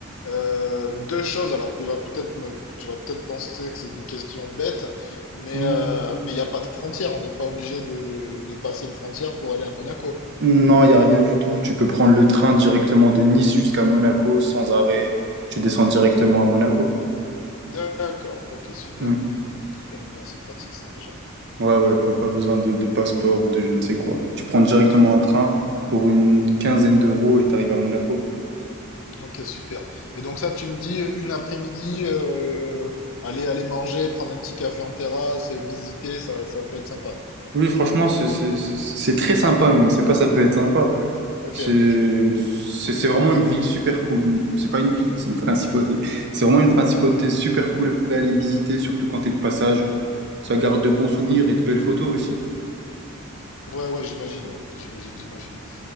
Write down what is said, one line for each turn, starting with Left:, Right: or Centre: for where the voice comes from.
Left: euh, deux choses. Alors, tu vas peut-être me, tu vas peut-être penser que c'est une question bête, mais
Right: Hmm.
Left: euh, mais il n'y a pas de frontière. On n'est pas obligé de, de passer une frontière pour aller à Monaco.
Right: Non, il n'y a rien du tout. Tu peux prendre le train directement de Nice jusqu'à Monaco sans arrêt. Tu descends directement à Monaco.
Left: D'accord, ok, super.
Right: Hmm.
Left: Super. Bon, c'est pratique ça déjà.
Right: Ouais, ouais, pas, pas besoin de, de passeport ou de je ne sais quoi. Tu prends directement un train pour une quinzaine d'euros et tu arrives à Monaco.
Left: Ok, super. Et donc ça, tu me dis une après-midi, euh, aller aller manger, prendre un petit café en terrasse, visiter, ça, ça peut être sympa.
Right: Oui, franchement, c'est c'est- c'est très sympa même. C'est pas ça peut être sympa.
Left: Ok.
Right: C'est c'est- c'est vraiment une ville super cool. Une- C'est pas une ville, c'est une principauté. C'est vraiment une principauté super cool à aller visiter, surtout quand t'es de passage. Ça garde de bons souvenirs et de belles photos aussi.
Left: Ouais, ouais, j'imagine, ouais. J'imagine, j'imagine.